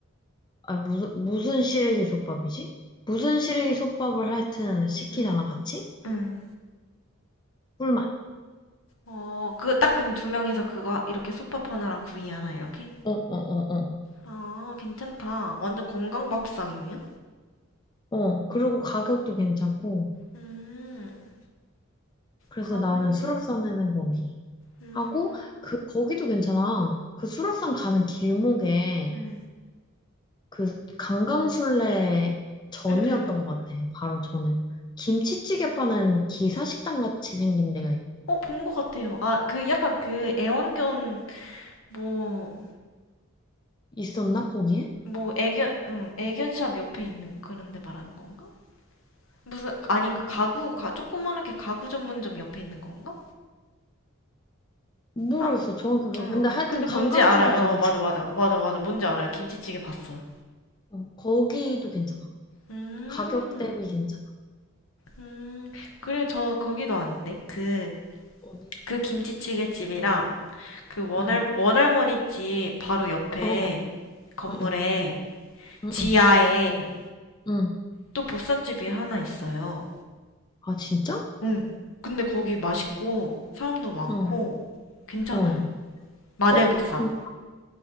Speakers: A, on the left; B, on the left.
A: 아, 무슨, 무슨 시래기 솥밥이지? 무슨 시래기 솥밥을 하여튼 시키잖아,
B: 음,
A: 같이?
B: 음.
A: 꿀맛.
B: 어, 그 딱 그냥 두 명이서 그거 이렇게 솥밥 하나랑 구이 하나 이렇게
A: 어, 어, 어, 어.
B: 아, 괜찮다 완전 건강 밥상이네요
A: 어, 그리고 가격도 괜찮고.
B: 음,
A: 그래서
B: 가봐야겠다
A: 나는 수락산 해는 거기
B: 음,
A: 하고 그 거기도 괜찮아. 그 수락산 가는 길목에
B: 음,
A: 그 강강술래 전이었던
B: 음, 음, 음.
A: 것 같아. 바로 전에 김치찌개 파는 기사식당 같이 생긴 데가 있-
B: 어, 본 것 같아요. 아, 그 약간 그 애완견 뭐,
A: 있었나 거기에?
B: 뭐 애견, 응, 애견샵 옆에 있는 그런 데 말하는 건가? 무슨 아닌가? 가구, 가, 조그만하게 가구 전문점 옆에 있는 건가?
A: 모르겠어
B: 아,
A: 정확히 모르.
B: 응.
A: 근데 하여튼
B: 근데
A: 강강술래
B: 뭔지 알아요.
A: 가기
B: 어, 맞아, 맞아, 맞아, 맞아. 뭔지 알아요. 김치찌개 봤어요.
A: 전- 어, 거기도 괜찮아.
B: 음,
A: 가격 대비 괜찮아.
B: 음. 그래, 저 거기도 왔는데 그,
A: 어디?
B: 그 김치찌개 집이랑 그 원할
A: 응.
B: 원할머니 집 바로 옆에
A: 어, 어,
B: 건물에
A: 어, 어. 응,
B: 지하에
A: 응, 응.
B: 또 보쌈집이 하나 있어요.
A: 아 진짜?
B: 응. 근데 거기 맛있고 사람도 많고
A: 어,
B: 괜찮아요.
A: 어.
B: 마늘
A: 어,
B: 보쌈.
A: 그럼